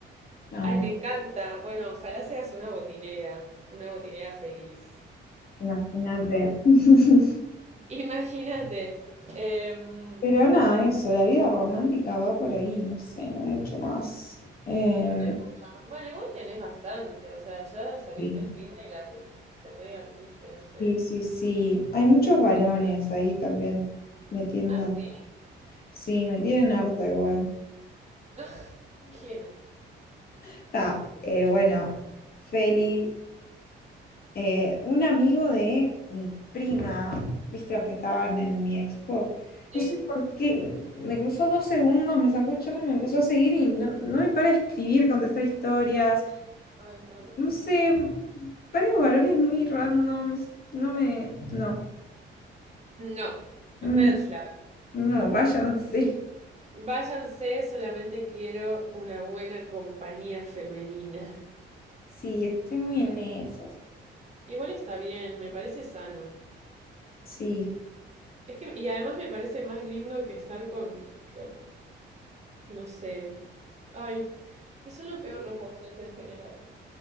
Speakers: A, on the left; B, on the right.
A: No,
B: Ay, me encanta. Bueno, ojalá seas una botinera, una botinera feliz.
A: imagínate. <laughs>
B: Imagínate. em,
A: Pero nada, eso, la vida romántica va por ahí, no sé, no mucho más. Em,
B: no hay mucho. más. Bueno, igual tenés bastante, o sea, ya saliste
A: sí.
B: el fin de y la te re divertiste, no sé.
A: Sí, sí, sí. Hay muchos varones ahí también metiendo.
B: Ah, sí.
A: Sí, me tienen harta igual.
B: <laughs> ¿Quién?
A: Está, eh, bueno, Feli, eh, un amigo de mi prima, viste los que estaban en mi expo.
B: Sí.
A: No sé por qué, me cruzó dos segundos, me sacó charla y me empezó a seguir y no, no me para de escribir, contestar historias.
B: Ay, no.
A: No sé, varios varones muy randoms. No me. No.
B: No,
A: Mm,
B: red flag.
A: No, váyanse.
B: Váyanse, solamente quiero una buena compañía femenina.
A: Sí, estoy muy en eso.
B: Igual está bien, me parece sano.
A: Sí,
B: Es que, y además me parece más lindo que estar con, con, no sé, ay, que son lo peor los varones en general.